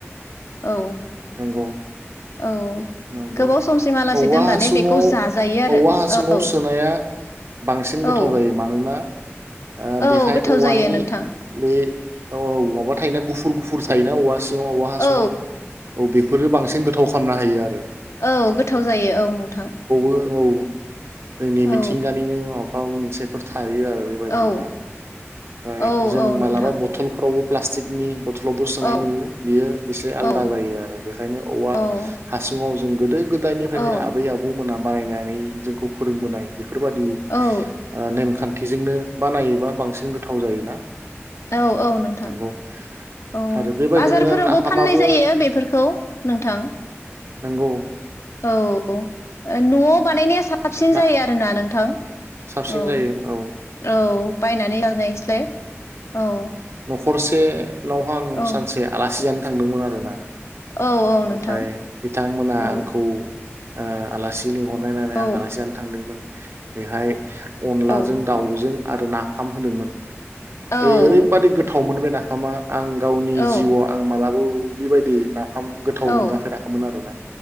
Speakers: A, on the left; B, on the right.
A: औ
B: नंगौ
A: औ
B: नंगौ
A: गोबाव समसिमहालासि
B: औवा
A: दोननानै
B: हासुङाव
A: बेखौ जाजायो आरो
B: औवा हासुङाव
A: औ
B: सोनाया बांसिन
A: औ
B: गोथाव जायो मानोना ओ
A: औ
B: बेहाय
A: गोथाव
B: औवानि
A: जायो नोंथां
B: बे औ औ माबा थायोना गुफुर गुफुर थायोना औवा सिङाव औवा हासुङाव
A: औ
B: औ बेफोरो बांसिन गोथाव खालामना हायो आरो
A: औ गोथाव जायो औ नोंथां।
B: ओ औ। जोंनि मिथिंगानिनो
A: औ
B: मा <unintelligible> मोनसेफोर था थायो आरो बेबायदिया
A: औ
B: ओमफ्राय
A: औ
B: जों
A: औ
B: मालाबा
A: नोंथां
B: बथलफ्रावबो प्लासथिकनि बथ' लावबो सोनाय
A: औ
B: नुयो बेयो एसे आलदा
A: औ
B: जायो आरो बेखायनो औवा।
A: औ
B: हासुङाव जों गोदो गो फ्रायनो
A: औ
B: आबै आबौ मोना बानायनाय नै जोंखौ फोरोंबोनाय बेफोरबादि
A: औ
B: आ नेमखान थिजोंनो बानायोबा बांसिन गोथाव जायोना
A: औ औ नोंथां
B: नंगौ
A: औ
B: आरो बेबायदिनो
A: बाजारफोरावबो
B: नाफामाबो
A: फाननाय जायो बेफोरखौ । नोंथां
B: नोंगौ।
A: औ ओ नआव बानायनाया सा साबसिन
B: ना
A: जायो आरोना नोंथां
B: साबसिन
A: औ
B: जायो औ
A: औ बायनानै <unintelligible> स्लाय औ
B: खरसे न हां
A: औ
B: सानसे आलासि जानो थांदोंमोन आरो ना
A: औ औ
B: ओमफ्राय
A: नोंथां
B: बिथांमोना
A: औ
B: आंखौ ओ आलासि लिंहरनायलायलाय
A: औ
B: आं आलासि जानो थांदोंमोन बेहाय अनलाजों
A: औ
B: दाउजों आरो नाफाम होदोंमोन
A: औ
B: ओरैबादि गोथाव थावमोन बे नाफामा। आं गावनि
A: औ
B: जिउआव आं मालाबो बिबायदि ना फाम गोथाव
A: औ
B: मोनजाफेराखैमोन आरोना